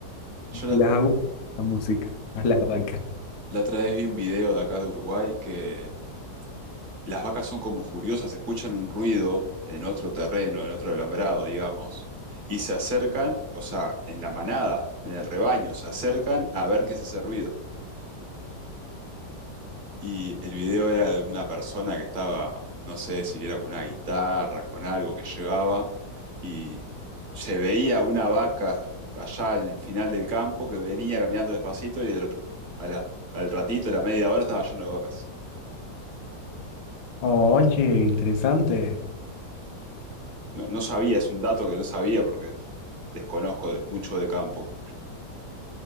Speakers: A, on the right; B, on the left.
A: Yo la,
B: les hago la música a las vacas.
A: La otra vez vi un video de acá de Uruguay que las vacas son como curiosas, escuchan un ruido en otro terreno, en otro alambrado, digamos, y se acercan, o sea, en la manada, en el rebaño, se acercan a ver qué es ese ruido. Y el video era de una persona que estaba, no sé si era con una guitarra, con algo que llevaba, y se veía una vaca allá al final del campo que venía caminando despacito y el- a la- al ratito, a la media hora, estaba lleno de vacas.
B: Oye, interesante.
A: No, no sabía, es un dato que no sabía porque desconozco de- mucho de campo.